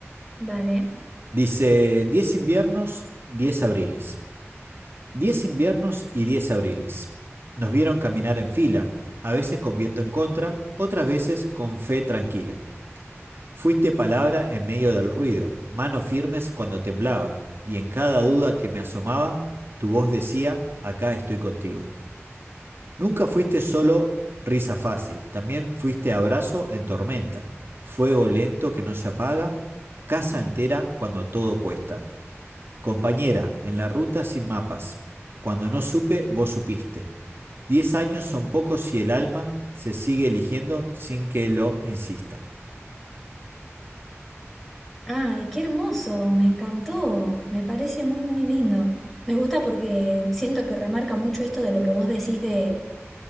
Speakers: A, in the centre; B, on the right.
A: Dale.
B: Dice, 10 inviernos, 10 abriles. Diez inviernos y diez abriles. Nos vieron caminar en fila, a veces con viento en contra, otras veces con fe tranquila. Fuiste palabra en medio del ruido, manos firmes cuando temblaba, y en cada duda que me asomaba, tu voz decía, acá estoy contigo. Nunca fuiste solo risa fácil, también fuiste abrazo en tormenta, fuego lento que no se apaga, casa entera cuando todo cuesta. Compañera, en la ruta sin mapas. Cuando no supe, vos supiste. Diez años son pocos si el alma se sigue eligiendo sin que lo insista.
A: Ay, qué hermoso, me encantó, me parece muy, muy lindo. Me gusta porque siento que remarca mucho esto de lo que vos decís del